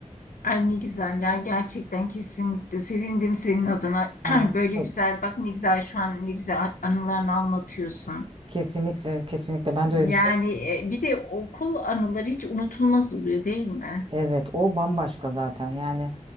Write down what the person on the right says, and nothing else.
Ha,
çok,
kesinlikle, kesinlikle ben de öyle
düşünüyorum.
Evet, o bambaşka zaten. Yani